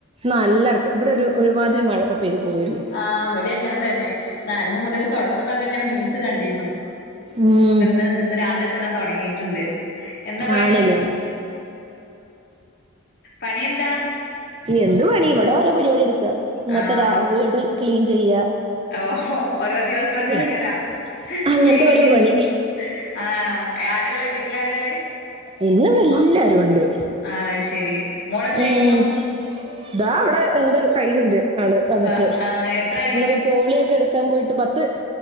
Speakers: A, on the right (about 25°); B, on the left (about 50°).
A: ന്നല്ലാട്ത്ത് ഇവടെ ഒര് ഒരുമാതിരി മഴപ്പൊ പെയ്ത് പോയൊള്ളൂ
B: ആഹ് ഇവടിം അങ്ങനെത്തന്നെ ആഹ് ഇന്ന് മുതല് തൊടങ്ങുന്നൊക്കെ ഇങ്ങനെ ന്യൂസ് കണ്ടിരുന്നു
A: ഉം
B: ഇപ്പന്ന് ഇന്ന് രാവിലെ തന്നെ തൊടങ്ങി് ട്ട്ണ്ട് എന്താ പണി
A: ആണില്ലേ
B: പണി എന്താ
A: എന്തു പണി ഇവിടെ ഓരോ പരിപാടിട്ക്കാ ഇന്നത്തെ
B: ആഹ്
A: രാ വീട് ക്ലീൻ ചെയ്യ
B: ഓഹോ ഓരോ ദിവസാണ്ട്
A: ഒന്നിലെടുക്ക്
B: എറങ്ങലാ
A: അങ്ങനത്തെ
B: ക്ലീനിങ്ങ്ന്
A: ഓരോ പണി
B: ആഹ് ആരള്ളേ വീട്ടിലാരള്ളേ
A: ഇന്നിവിടെ എല്ലാരും ഉണ്ട്
B: ആഹ് അത് ശരി മോളെന്ത്
A: ഉം
B: ചെയ്യുന്നു
A: ഇതാ ഇവിടെ എന്റെ കയ്യില്ണ്ട് ആള് വന്ന്ട്ട്
B: ആഹ് ആഹ് എത്രായി
A: ഇന്ന്പ്പോ പോളിയൊക്കെ എടുക്കാൻ പോയിട്ട് പത്ത്